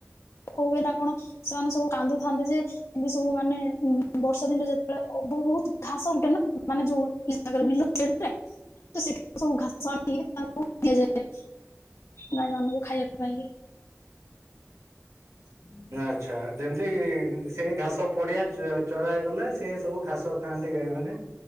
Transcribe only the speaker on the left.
କ ହୁଏ ନା କଣ ସେମାନେ ସବୁ କାନ୍ଦୁଥାନ୍ତି ଯେ ଏନ୍ତି ସବୁ ମାନେ ଉଁ ବର୍ଷା ଦିନେ ଯେତଳେ ବହୁତ ଘାସ ଉଟେ ନା ମାନେ ଯୋଉ ଇଏ ସାଙ୍ଗରେ ବିଲ <unintelligible> ତ ସେଠୁ ସବୁ ଘାସ ଆଣିକିରି ତାଙ୍କୁ ଦିଆଯାଏ। ଗାଈମାନୁଙ୍କୁ ଖାଇବାକୁ ପାଇଁକି। ହୁଁ।